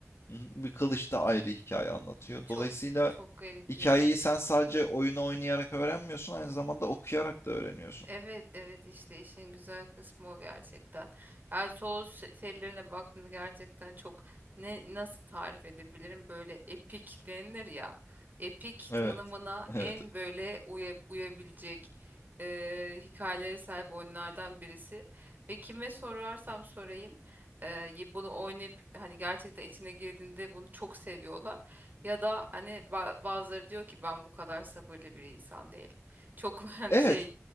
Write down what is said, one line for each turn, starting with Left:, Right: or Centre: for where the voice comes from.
Left: bir kılıçta ayrı hikaye anlatıyor.
Right: çok
Left: Dolayısıyla
Right: çok garip
Left: Hikayeyi
Right: ya.
Left: sen sadece oyunu oynayarak öğrenmiyorsun, aynı zamanda okuyarak da öğreniyorsun.
Right: Evet evet işte işin güzel kısmı o gerçekten. Yani sos tellerine baktığımda gerçekten çok ne nasıl tarif edebilirim böyle epik denilir ya. Epik
Left: Evet.
Right: tanımına
Left: <laughs>
Right: en
Left: Evet.
Right: böyle uya- uyabilecek e, hikayelere sahip oyunlardan birisi. Ve kime sorarsam sorayım e, ye- bunu oynayıp hani gerçekten içine girdiğinde bunu çok seviyorlar. Ya da hani ba- bazıları diyor ki ben bu kadar sabırlı bir insan değilim. Çok <laughs> hani
Left: Evet
Right: şey